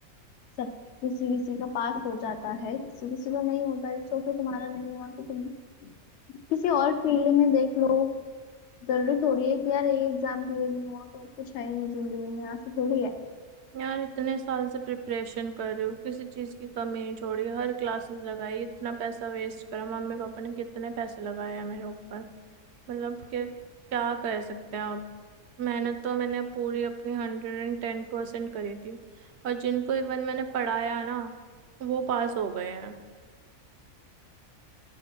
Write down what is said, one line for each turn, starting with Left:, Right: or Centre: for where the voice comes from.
Left: सब किसी किसी का पास हो जाता है किसी किसी को नहीं होता इट्स ओके तुम्हारा नहीं हुआ तो तुम किसी और फील्ड में देख लो जरूरी थोड़ी है कि यार ये एग्जाम क्लियर नहीं हुआ तो अब कुछ है ही नहीं जिंदगी में ऐसा थोड़ी है
Right: यार इतने साल से प्रिपरेशन कर रही हूँ किसी चीज की कमी नहीं छोड़ी हर क्लासेस लगाई इतना पैसा वेस्ट करा मम्मी पापा ने कितने पैसे लगाए हैं मेरे ऊपर मतलब कि क्या कर सकते हैं आप मेहनत तो मैंने पूरी अपनी हंड्रेड एंड टेन परसेंट करी थी और जिनको इवन मैंने पढ़ाया ना वो पास हो गए हैं